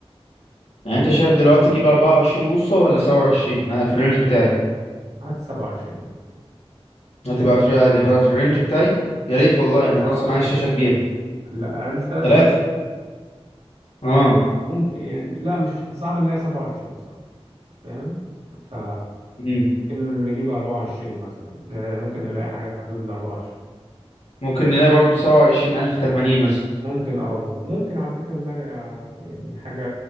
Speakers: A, on the left (about 85°); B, on the right (about 75°).
A: يعني انت شايف دلوقتي تجيب 24 بوصة ولا 27 انا في الرينج بتاعي
B: قعدت 27 دي
A: هتبقى في هتبقى في الرينج بتاعي يا ريت والله انا
B: اللي هو
A: اصلا
B: كام؟
A: عايز شاشة كبيرة
B: لا رينج 3000
A: تلاتة اه
B: ممكن يعني لا مش صعب نلاقي 27 بصراحة فاهم ف
A: مم.
B: ممكن نجيب 24 مثلا نلاقي- ممكن نلاقي حاجة في حدود ال 24
A: ممكن نلاقي برضو 27080 ألف تمانين مثلا
B: ممكن اه وممكن على فكرة نلاقي يعني حاجة